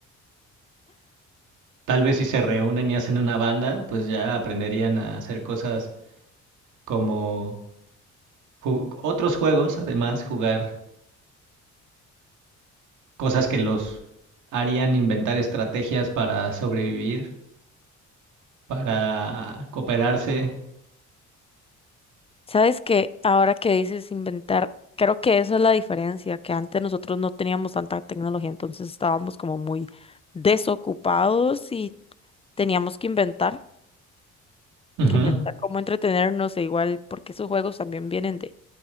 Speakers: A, on the right; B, on the left.
A: Tal vez si se reúnen y hacen una banda, pues ya aprenderían a hacer cosas como ju- otros juegos, además, jugar cosas que los harían inventar estrategias para sobrevivir, para cooperarse.
B: Sabes que ahora que dices inventar, creo que eso es la diferencia, que antes nosotros no teníamos tanta tecnología, entonces estábamos como muy desocupados y teníamos que inventar,
A: Ujú,
B: que inventar cómo entretenernos e igual, porque esos juegos también vienen de